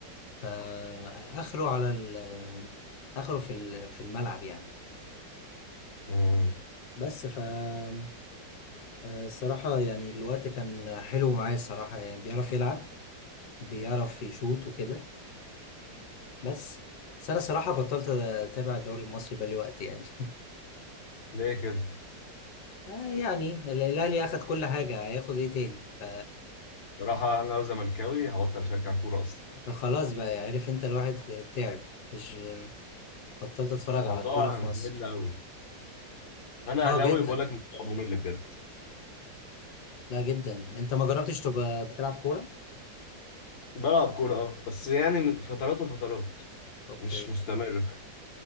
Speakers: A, on the left; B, on the left.
A: فآخره على ال آخره في ال- في الملعب يعني
B: امم
A: بس ف آه، الصراحة يعني الوقت كان حلو معايا الصراحة يعني بيعرف يلعب بيعرف يشوت وكده بس بس انا صراحه بطلت اتابع الدوري المصري بقالي وقت يعني <laughs>
B: ليه كده
A: آه يعني ال- الاهلي اخد كل حاجه هياخد ايه تاني ف-
B: بصراحه انا لو زملكاوي هبطل اشجع كوره اصلا
A: <laughs> فخلاص بقى يعني عارف انت الواحد تعب مش بطلت اتفرج
B: الموضوع
A: على الكوره في
B: ممل
A: مصر
B: قوي انا
A: اه
B: اهلاوي
A: جدا
B: بقول لك الموضوع ممل بجد
A: لا جدا انت ما جربتش تبقى بتلعب كوره
B: بلعب كوره اه بس يعني من فترات وفترات
A: اوكي
B: مش مستمر فاهم؟